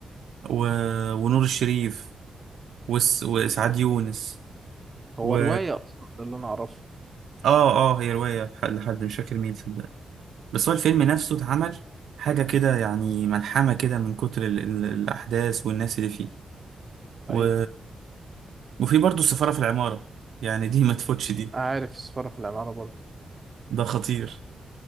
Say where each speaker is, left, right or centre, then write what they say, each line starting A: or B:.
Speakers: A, on the right (about 85°); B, on the right (about 35°).
A: و... ونور الشريف وس... وسعاد يونس
B: هو
A: و
B: رواية أصلا ده اللي أنا أعرفه
A: اه اه هي رواية لح- لحد مش فاكر مين صدق بس هو الفيلم نفسه اتعمل حاجة كده يعني ملحمة كده من كتر ال... ال... الأحداث والناس اللي فيه
B: أيوة
A: و... وفي برضه السفارة في العمارة يعني دي <laughs> ما تفوتش دي
B: عارف السفارة في العمارة برضو
A: ده خطير